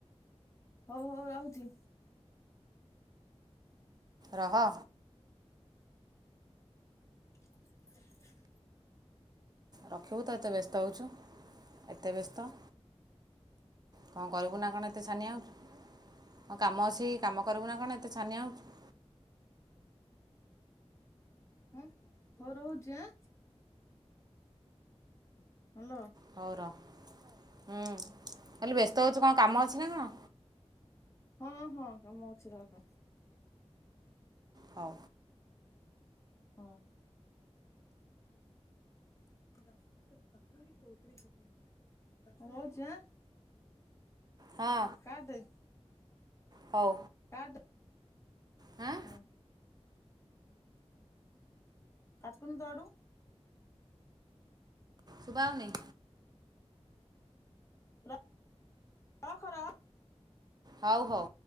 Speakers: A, on the left; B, on the right.
A: ହଉ ହଉ ରହୁଚି।
B: ରହ।
A: ଆ ଗମ <inaudible>
B: ରଖିବୁ ତ ଏତେ ବ୍ୟସ୍ତ ହେଉଚୁ ଏତେ ବ୍ୟସ୍ତ। କଣ କରିବୁ ନା କଣ ଏତେ ଛାନିଆ ହୋଉଚୁ। କଣ କାମ ଅଛି କାମ କରିବୁ ନା କଣ ଏତେ ଛାନିଆ ହଉଚୁ।
A: ହୁଁ। ହୋଉ ରହୁଚି ଆଁ। ହ୍ୟାଲୋ।
B: ହୋଉ ର ହୁଁ ଖାଲି ବ୍ୟସ୍ତ ହେଉଚୁ କଣ କାମ ଅଛି ନା କଣ।
A: ହଁ ହଁ କାମ ଅଛି ରଖ।
B: ହଁ।
A: ହଁ। ଦଶ ଦଶ ମିନିଟ୍ ଚଉତିରିଶ ସେକଣ୍ଡ ହେଲା ହଉ ଯା
B: ହଁ।
A: କା ଦେ
B: ହଉ।
A: କାଟେ।
B: ହାଁ।
A: ହଁ କାଟୁନୁ ତୋ ଆଡ଼ୁ
B: ଶୁଭାଯାଉନି
A: ର ରଖ ର
B: ହଉ ହଉ।